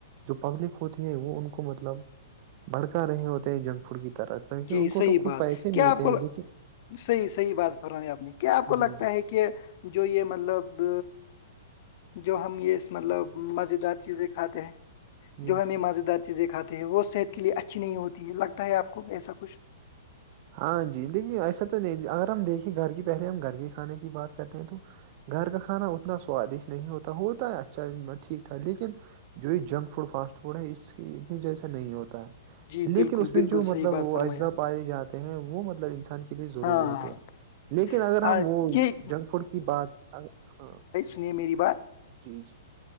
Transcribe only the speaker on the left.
جی
صحیح
بات
کیا
آپ کو
صحیح صحیح بات فران آپ نے کیا آپ کو لگتا
ہے کہ کہ جو یہ مطلب جو ہم یہ مطلب مزیدار چیزیں کھاتے ہیں
جو ہمیں مزیدار چیزیں کھاتے ہیں وہ صحت کے لیئے اچھی نہیں ہوتی ہے لگتا ہے آپ کو ایسا کچھ
جی
بالکل
بالکل
صحیح بات
فرمائی
آپ
نے
ہاں
ہاں
آ،
یہ
اس نے میری بات <inaudible>